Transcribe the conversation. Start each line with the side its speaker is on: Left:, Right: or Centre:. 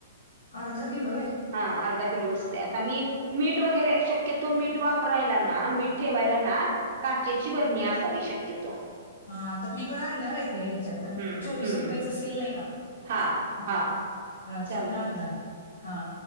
Left: अर्धा किलो आहे
Right: हा अर्धा किलो बसते आता मी मीठ वगैरे शक्यतो मीठ वापरायला ना, मीठ ठेवायला ना काचेची बरणी असावी शक्यतो.
Left: हा आता मी पण आणणार आहे ते ह्याच्यात
Right: हम्म
Left: चोवीस
Right: हम्म
Left: रुपयाचं सेल नाही का
Right: हा
Left: ह
Right: हा
Left: त्यातनं
Right: चाल
Left: आणलं आम्ही, हा